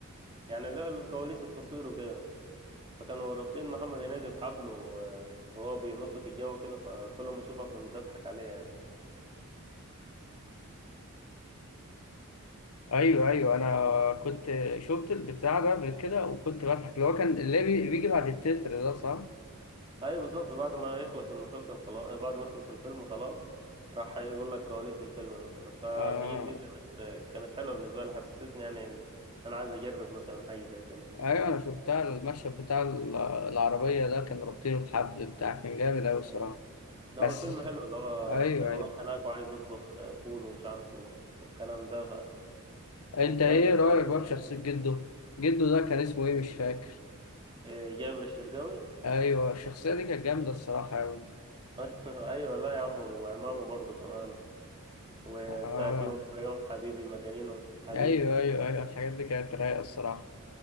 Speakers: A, on the right; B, on the left.
A: يعني اللي هو الكواليس التصوير وكده فكانوا رابطين محمد هنيدي بحبل و- وهو بينط في الجو كده فكل ما اشوفها كنت اضحك عليه يعني
B: ايوه ايوه انا كنت شفت البتاع ده قبل كده وكنت بضحك اللي هو كان اللي بي- بيجي بعد التتر ده صح؟
A: ايوه بالظبط بعد ما يخلص المسلسل خلاص بعد ما يخلص الفيلم خلاص راح يقول لك كواليس الفيلم مثلا فالحاجات
B: اه
A: دي كانت كانت حلوه بالنسبه لي حسستني يعني إن انا عايز اجرب مثلا حاجه زي كده
B: ايوه انا شفتها المشهد بتاع ال- العربيه ده كان رابطينه بحبل بتاع كان جامد اوي الصراحه
A: لو
B: بس
A: الفيلم حلو اللي هو
B: ايوه
A: انه
B: ايوه
A: راح هناك وعايز يطبخ فول ومش عارف و- والكلام ده فكانت
B: انت ايه
A: رايقه
B: رايك
A: خالص
B: بقى في شخصيه جده جده ده كان اسمه ايه مش فاكر
A: إيه، جابر الشرقاوي
B: ايوه الشخصيه دي كانت جامده الصراحه اوي
A: <laughs> ايوه لا يا عم وعمامه برضه كمان وبتاعت
B: اه
A: يوم ورا يوم حبيبي مجانينه حبيبي
B: ايوه ايوه ايوه الحاجات دي كانت رايقه الصراحه